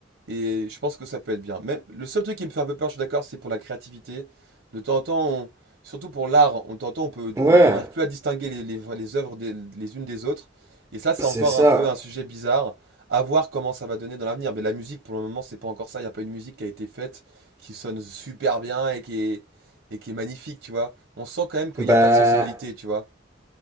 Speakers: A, on the right; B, on the right.
A: et je pense que ça peut être bien. Même, le seul truc qui me fait un peu peur, je suis d'accord, c'est pour la créativité. De temps en temps, on- surtout pour l'art, on de temps en temps, on peut,
B: Ouais,
A: on on n'arrive plus à distinguer les, les, les œuvres des- les unes des autres. Et ça, c'est
B: c'est
A: encore
B: ça.
A: un peu un sujet bizarre. À voir comment ça va donner dans l'avenir. Mais la musique, pour le moment, c'est pas encore ça. Il n'y a pas une musique qui a été faite, qui sonne super bien et qui est, et qui est magnifique, tu vois. On sent quand même qu'il
B: Bah.
A: n'y a pas de sensibilité, tu vois.